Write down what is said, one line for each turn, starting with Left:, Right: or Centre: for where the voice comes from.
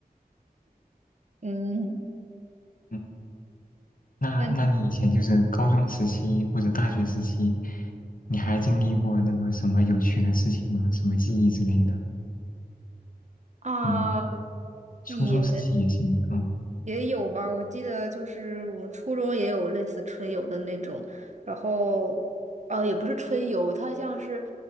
Right: 嗯，
Left: 嗯，那那你以前就是高中时期或者大学时期，
Right: 那你
Left: 你还经历过那个什么有趣的事情吗？什么记忆之类的？
Right: 啊
Left: 嗯，初中时期也行。
Right: 也。
Left: 嗯。
Right: 也有吧，我记得就是我初中也有类似春游的那种，然后呃也不是春游，它像是